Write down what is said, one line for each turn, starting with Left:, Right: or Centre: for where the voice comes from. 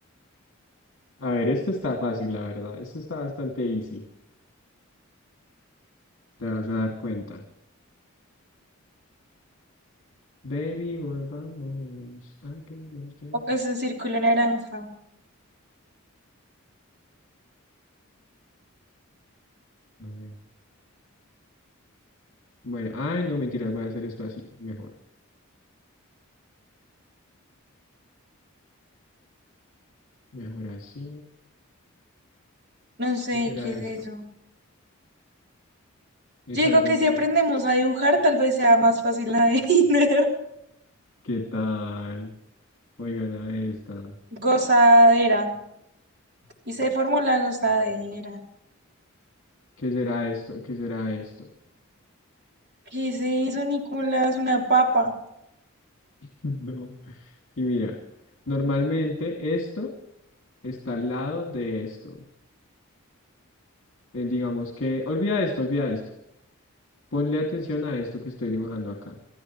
Left: A ver, esto está fácil, la verdad. Esto está bastante easy. Te vas a dar cuenta. Baby, volvamos. Aunque llevamos tiempo.
Right: O es un círculo naranja.
Left: A ver. Bueno, ay, no, mentiras, voy a hacer esto así. Mejor. Mejor así.
Right: No sé
Left: ¿Qué será
Right: qué es
Left: esto?
Right: eso.
Left: Es
Right: Yo digo
Left: algo
Right: que
Left: muy.
Right: si aprendemos a dibujar, tal vez sea más fácil adivinar.
Left: ¿Qué tal? Oigan a esta.
Right: <laughs> Gozadera. Y se formó la gozadera.
Left: ¿Qué será esto? ¿Qué será esto? <laughs>
Right: ¿Qué es eso, Nicolás? Una papa.
Left: No. Y mira, normalmente esto está al lado de esto. Eh, digamos que. Olvida esto, olvida esto. Ponle atención a esto que estoy dibujando acá.